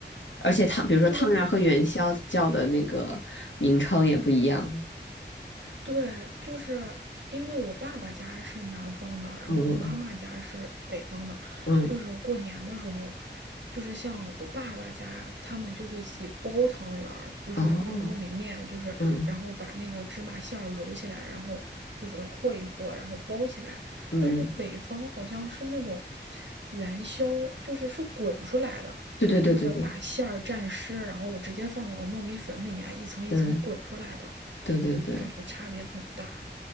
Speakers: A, on the left; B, on the right.
A: 而且汤，比如说汤圆儿和元宵叫的那个名称也不一样。
B: 对，对，就是因为我爸爸家是南方的，然后我妈妈家是北方的，
A: 嗯嗯，
B: 就是过年的时候，就是像我爸爸家，他们就会自己包汤圆儿，就是用糯米面，
A: 嗯哦。
B: 就是然后把那个芝麻馅儿揉起来，
A: 嗯
B: 然后就是和一和，然后包起来。
A: 嗯，
B: 但是北方好像是那种
A: 嗯，
B: 元宵，就是是滚出来的。
A: 对对对对对
B: 就是把馅儿蘸湿，然后直接放到糯米粉里面，一层一层滚出来的。
A: 对对对对
B: 就感觉差别很大。